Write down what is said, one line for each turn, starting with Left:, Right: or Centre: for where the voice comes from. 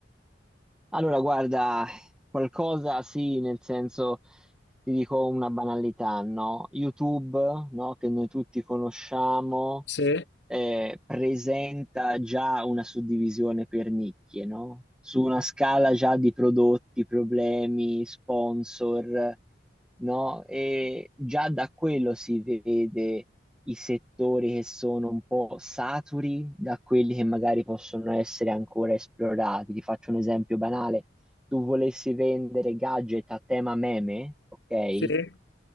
Centre: Allora, guarda, qualcosa sì, nel senso ti dico una banalità, no? YouTube, no? Che noi tutti conosciamo,
Left: Sì,
Centre: eh, presenta già una suddivisione per nicchie, no? Su una scala già di prodotti, problemi, sponsor no? E già da quello si vede i settori che sono un po' saturi da quelli che magari possono essere ancora esplorati. Ti faccio un esempio banale. Tu volessi vendere gadget a tema meme, ok?
Left: sì, eh